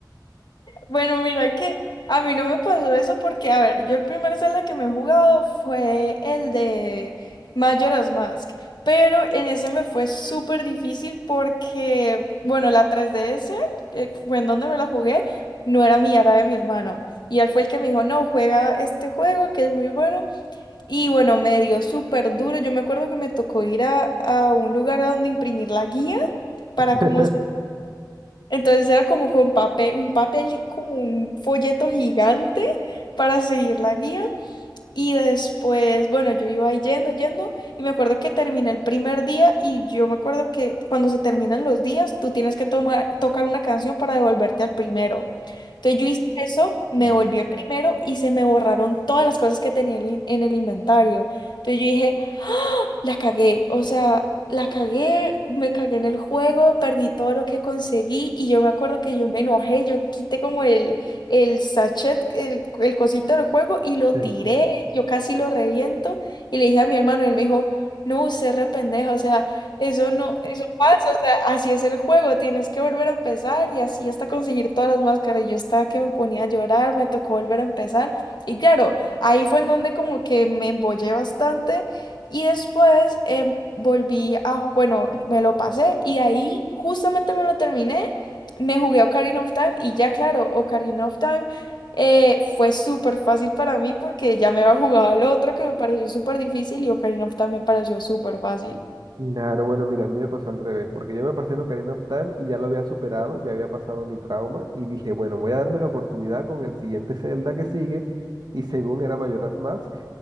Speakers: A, on the left (about 70°); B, on the right (about 65°).
A: Bueno, mira que a mí no me pasó eso porque, a ver, yo el primer Zelda que me he jugado fue el de Majora's Mask, pero en ese me fue súper difícil porque, bueno, la 3DS, que fue en donde me la jugué, no era mía, era de mi hermano. Y él fue el que me dijo, no, juega este juego que es muy bueno. Y bueno, me dio súper duro. Yo me acuerdo que me tocó ir a, a un lugar a donde imprimir la guía para como
B: <laughs>
A: entonces era como con papel, un papel, como un folleto gigante para seguir la guía. Y después, bueno, yo iba ahí yendo, yendo, y me acuerdo que terminé el primer día y yo me acuerdo que cuando se terminan los días, tú tienes que tomar, tocar una canción para devolverte al primero. Entonces yo hice eso, me
B: Mm.
A: volví al primero y se me borraron todas las cosas que tenía en el in- en el inventario. Entonces yo dije, las cagué, o sea, las cagué, me cagué en el juego, perdí todo lo que conseguí y yo me acuerdo que yo me enojé, yo quité como el, el sachet, el, el cosito del juego y lo
B: Sí.
A: tiré, yo casi lo reviento y le dije a mi hermano y él me dijo, no, usted re pendeja, o sea, eso no, eso pasa, o sea, así es el juego, tienes que volver a empezar y así hasta conseguir todas las máscaras. Yo estaba que me ponía a llorar, me tocó volver a empezar y claro, ahí fue en donde como que me embollé bastante y después em, volví a, bueno, me lo pasé y ahí justamente me lo terminé, me jugué Ocarina of Time y ya claro, Ocarina of Time eh, fue súper fácil para mí porque ya me había jugado al otro que me pareció súper difícil y Ocarina of Time me pareció súper fácil.
B: Claro, bueno, mira, a mí me pasó al revés, porque yo me pasé el Ocarina of Time y ya lo había superado, ya había pasado mi trauma y dije, bueno, voy a darme la oportunidad con el siguiente Zelda que sigue y según era Majora's Mask